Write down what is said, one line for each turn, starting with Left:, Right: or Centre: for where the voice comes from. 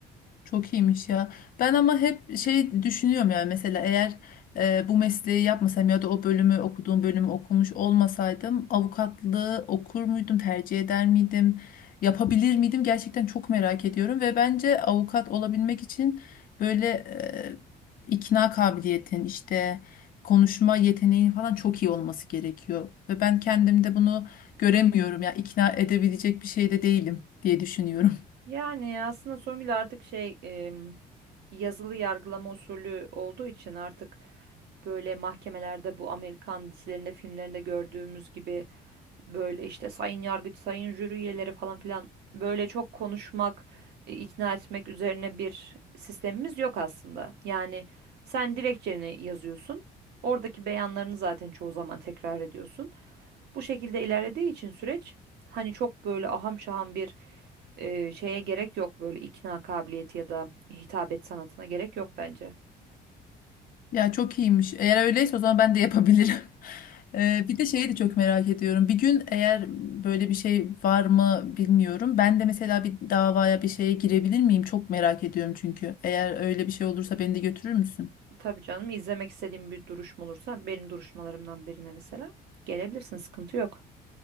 Left: Çok iyiymiş ya. Ben ama hep şey düşünüyorum yani mesela eğer e, bu mesleği yapmasam ya da o bölümü okuduğum bölümü okumuş olmasaydım avukatlığı okur muydum, tercih eder miydim, yapabilir miydim gerçekten çok merak ediyorum ve bence avukat olabilmek için böyle e, ikna kabiliyetin işte konuşma yeteneğin falan çok iyi olması gerekiyor ve ben kendimde bunu göremiyorum ya ikna edebilecek bir şey de değilim diye düşünüyorum.
Right: Yani aslında Songül artık şey em, yazılı yargılama usulü olduğu için artık böyle mahkemelerde bu Amerikan dizilerinde, filmlerinde gördüğümüz gibi böyle işte sayın yargıç, sayın jüri üyeleri falan filan böyle çok konuşmak, e, ikna etmek üzerine bir sistemimiz yok aslında. Yani sen dilekçeni yazıyorsun. Oradaki beyanlarını zaten çoğu zaman tekrar ediyorsun. Bu şekilde ilerlediği için süreç hani çok böyle aham şaham bir e, şeye gerek yok böyle ikna kabiliyeti ya da hitabet sanatına gerek yok bence.
Left: Ya çok iyiymiş. Eğer öyleyse o zaman ben de yapabilirim. <laughs> Ee, bir de şeyi de çok merak ediyorum. Bir gün eğer böyle bir şey var mı bilmiyorum. Ben de mesela bir davaya bir şeye girebilir miyim? Çok merak ediyorum çünkü. Eğer öyle bir şey olursa beni de götürür müsün?
Right: Tabii canım izlemek istediğim bir duruşma olursa benim duruşmalarımdan birine mesela gelebilirsin sıkıntı yok.